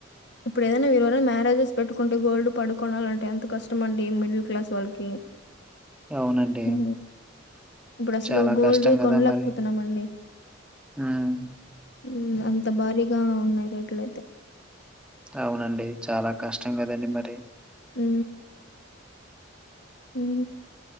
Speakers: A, on the left (about 60°); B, in the centre.
A: ఇప్పుడు ఏదైనా మీరు ఎవరన్నా మ్యారేజెస్ పెట్టుకుంటే గోల్డ్ పడుకోనాలంటే ఎంత కష్టమండి మిడిల్ క్లాస్ వాళ్ళకి
B: అవునండి
A: హు ఇప్పుడు అసలు
B: చాలా
A: గోల్డ్
B: కష్టం
A: కొనలేకపోతున్నామండి
B: కదా మరి మ్మ్.
A: ఉ అంత భారీగా ఉన్నాయి రేట్లు అయితే
B: అవునండి చాలా కష్టం కదండి మరి
A: ఊ ఉ